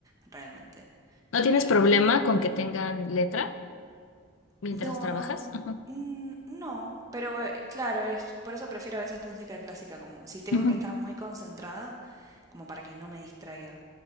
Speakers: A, on the right (about 15°); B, on the left (about 85°).
A: realmente.
B: ¿No tienes
A: Em,
B: problema con que tengan letra mientras
A: no,
B: trabajas?
A: no.
B: <laughs> Ujú.
A: mm, No, pero eh, claro, es por eso prefiero a veces música clásica, como si tengo
B: Ujú.
A: que estar muy concentrada, como para que no me distraiga.